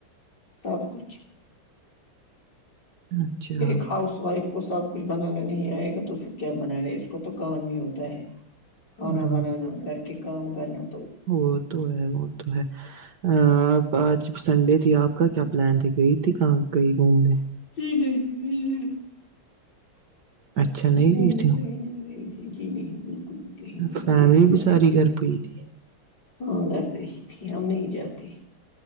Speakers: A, on the left; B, on the right.
A: اور کچھ
B: اچھا
A: ایک ہاؤس وائف کو سب کچھ بنانا نہیں آئے گا تو پھر کیا بناانا ہے اس اس کو تو کام ہی ہوتا ہے کھانا
B: ہاں
A: بنانا
B: وہ
A: گھر کے کام کرنا تو
B: وہ تو ہے وہ تو ہے ا آب آج سنڈے تھی آپ کا کیا پلان تے گئی تھی کہاں گئی گھومنے
A: جی نہی <unintelligible>
B: اچھا نہیں
A: گھومنے
B: گئی تھی
A: کہیں نہیں گئی تھی جی نہیں بالکل بھی کہیں نہیں
B: فیملی
A: گئی تھی
B: بھی ساری
A: میں
B: گھر پئی تھی
A: ہاں گھر بیہ ہی تھی ہم نہیں جاتے